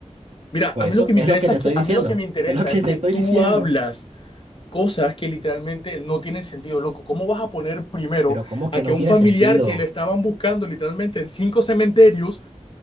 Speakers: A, on the left (about 45°); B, on the right (about 60°).
A: Mira,
B: Por
A: a
B: eso
A: mí lo que me
B: es
A: interesa
B: lo que te
A: es
B: estoy
A: que, a
B: diciendo,
A: mí lo que me interesa
B: <laughs> es lo que
A: es
B: te
A: que
B: estoy
A: tú
B: diciendo.
A: hablas cosas que literalmente no tienen sentido, loco. ¿Cómo vas a poner primero
B: Pero ¿cómo que
A: a que
B: no
A: un
B: tiene
A: familiar
B: sentido?
A: que lo estaban buscando literalmente en cinco cementerios